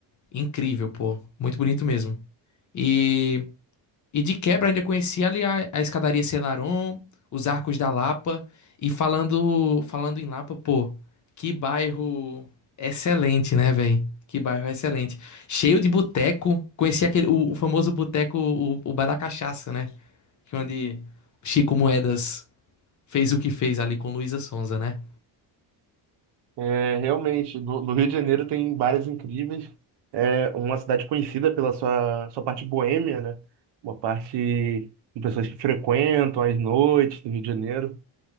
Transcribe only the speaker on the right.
É, realmente, no, no Rio de Janeiro tem bares incríveis. É uma cidade conhecida pela sua, sua parte boêmia, né? Uma parte de pessoas que frequentam as noites do Rio de Janeiro.